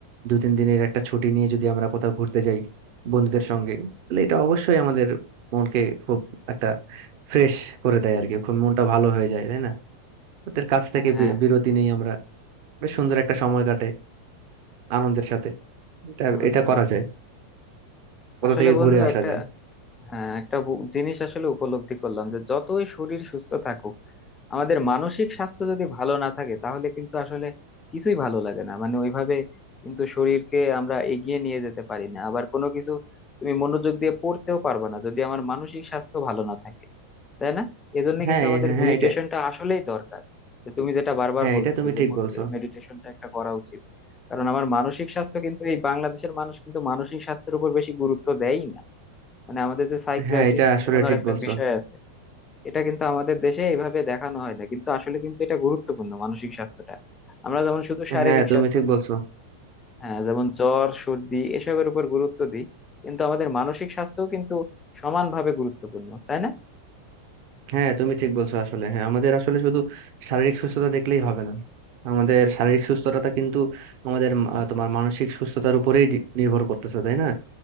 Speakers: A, on the right; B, on the left.
A: দু তিন দিনের একটা ছুটি নিয়ে যদি আমরা কোথাও ঘুরতে যাই বন্ধুদের সঙ্গে তাহলে এটা অবশ্যই আমাদের মনকে খুব একটা ফ্রেশ করে দেয় আর কি খুব মনটা ভালো হয়ে যায় তাই না ওদের কাছ থেকে
B: হ্যাঁ
A: বি- বিরতি নেই আমরা বেশ সুন্দর একটা সময় কাটে আনন্দের সাথে এটা
B: বুঝতে
A: এটা করা
B: পারছি
A: যায় কোথা
B: আসলে
A: থেকে
B: বন্ধু
A: ঘুরে আসা
B: একটা
A: যায়
B: হ্যাঁ একটা বু- জিনিস আসলে উপলব্ধি করলাম যে যতই শরীর সুস্থ থাকুক আমাদের মানসিক স্বাস্থ্য যদি ভালো না থাকে তাহলে কিন্তু আসলে কিছুই ভালো লাগে না মানে ওইভাবে কিন্তু শরীরকে আমরা এগিয়ে নিয়ে যেতে পারি না আবার কোনো কিছু তুমি মনোযোগ দিয়ে পড়তেও পারবে না যদি আমার মানসিক স্বাস্থ্য ভালো না থাকে তাই না এজন্য
A: হ্যাঁ
B: কিন্তু আমাদের
A: এ- হ্যাঁ হ্যাঁ,
B: মেডিটেশনটা
A: এটা
B: আসলেই দরকার যে তুমি যেটা বারবার
A: হ্যাঁ
B: বলতেছো
A: এটা তুমি
B: যে
A: ঠিক বলছো
B: মেডিটেশনটা একটা করা উচিত কারণ আমার মানসিক স্বাস্থ্য কিন্তু এই বাংলাদেশের মানুষ কিন্তু মানসিক স্বাস্থ্যের উপর বেশি গুরুত্ব দেয়ই না মানে আমাদের যে সাইকিয়াট্রিস্ট
A: হ্যাঁ এটা আসলে
B: দেখানোর
A: ঠিক
B: একটা
A: বলছো
B: বিষয় আছে এটা কিন্তু আমাদের দেশে এইভাবে দেখানো হয় না কিন্তু আসলে কিন্তু এটা গুরুত্বপূর্ণ মানসিক স্বাস্থ্যটা আমরা যেমন শুধু শারীরিক
A: হ্যাঁ তুমি
B: স্বাস্থ্য
A: ঠিক বলছো
B: হ্যাঁ যেমন জ্বর সর্দি এসবের উপর গুরুত্ব দিই কিন্তু আমাদের মানসিক স্বাস্থ্যও কিন্তু সমানভাবে গুরুত্বপূর্ণ তাই না
A: হ্যাঁ তুমি ঠিক বলছো আসলে হ্যাঁ আমাদের আসলে শুধু শারীরিক সুস্থতা দেখলেই হবে না আমাদের শারীরিক সুস্থতা কিন্তু আমাদের আহ, তোমার মানসিক সুস্থতার উপরেই ডি- নির্ভর করতেছে তাই না